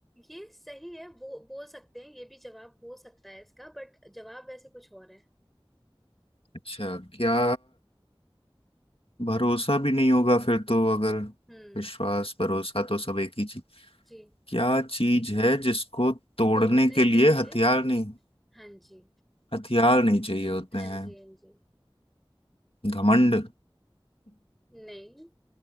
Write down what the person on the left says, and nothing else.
अच्छा क्या भरोसा भी नहीं होगा फिर तो अगर
विश्वास भरोसा तो सब एक ही चीज
क्या चीज है जिसको तोड़ने
के लिए
हथियार नहीं
हथियार नहीं चाहिए होते
हैं
घमंड